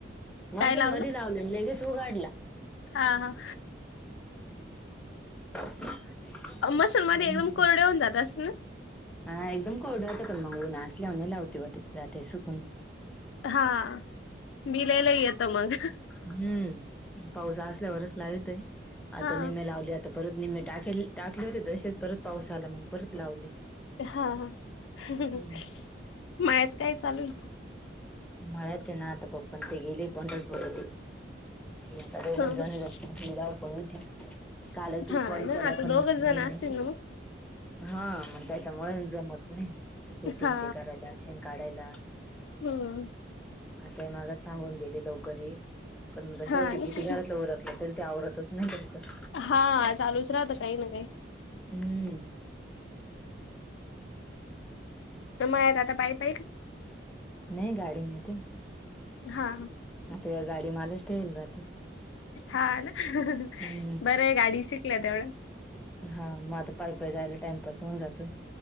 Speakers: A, in the centre; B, on the left.
A: मशीन
B: काय लावलं
A: मध्ये लावले ललेगेच उघाडला.
B: हा!
A: <inaudible>
B: मशन मध्ये
A: काय म्हणते
B: एकदम कोरड होऊन जात असतील ना?
A: हा एकदम कोरड होत मग नाचल्यावणी लावते म सुकून.
B: हा बिल लय येत मग?
A: हम्म! पावस असल्यावरच लावत आहे आता
B: हा
A: नाही लावले आता. परत निम्मे टाके टाकले होते तसेच परत पाऊस आला मग परत लावले.
B: हा हा! मळ्यात
A: हम्म.
B: काय चालू आहे?
A: म ते ना आता पप्पा न ते गेलेत पंढरपूरला आता
B: आहे?
A: दोघच जाण, त्याची लय धावपळ पण होती. काल तू
B: हा
A: कॉल
B: ना
A: केला
B: आता
A: पण
B: दोघच जण
A: मीन
B: असतील ना मग?
A: हा मग त्याच्यामुळे जमत नाही कुटी
B: हा
A: न ते करायला ते शेण काढायला.
B: हम्!
A: आता मगाशी सांगून गेली लवकर ये, पण
B: हा
A: शेवटी
B: ना
A: किती घलातलं उरकलं तरी ते आवरतच नाही लवकर.
B: हा चालूच राहत काही ना काही.
A: हम्!
B: मळ्यात आता पायी पायी का?
A: नाही गाडी नेते ना.
B: हा!
A: आता हे गाडी मलाच ठेवले राहते.
B: छान! बरं
A: हम्म
B: आहे गाडी शिकल्या तेवढंच.
A: हा मग आता पाय पाय जायला टाइमपास होऊन जातोय.